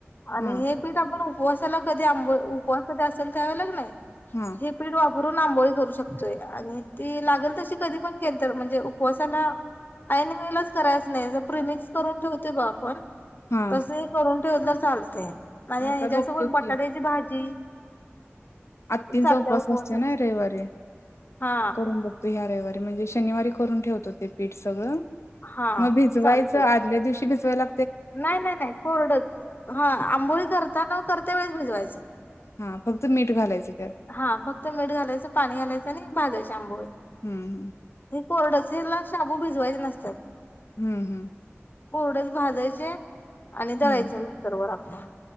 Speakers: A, on the left; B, on the left.
A: आणि
B: हां
A: हे पीठा आपण उपवासाला कधी आंब उपवास कधी असेल त्या वेळी कणी
B: हां
A: हे पिढू वापरून आंबोली करू शकतोय न शकतोय आणि ती लागेल तशी कधी पण केेल तर म्हणजे उपवासाला आऐन वेळेलाच करायचं अस नाही प्रिमिक्स करून ठेवतोय बा आपण
B: हां
A: तसही करून हा चालतंय आणि ह्याच्यासोबत
B: आता बघतो
A: बटाट्याची
B: की
A: भाजी
B: त्यांचा
A: चालते
B: उपवास
A: उपवासाची
B: असते ना रविवारी
A: हा
B: करून बघतो या रविवारी म्हणजे शनिवारी करून ठेवतो ते पीठ सगळं..
A: हा
B: मग भिजवायच
A: चालते
B: आदल्या दिवशी भिजवू चला
A: नाही नाही नाही कोरडच हा आंबोळी करता न करता वेळेस भिजवायचं
B: हा फक्त मीठ घालायचं त्यात
A: हा फक्त मीठ घालायचं पाणी घालायचं आणि मग भाजायचे आंबोळी
B: हम्म हम्म
A: कोरड्या हेला शाबू भिजवायचे नसतात.
B: हम्म हम्म
A: कोरडंच भाजाय चे आणि दळायचे
B: हम्म
A: मिक्सर वर रात ला.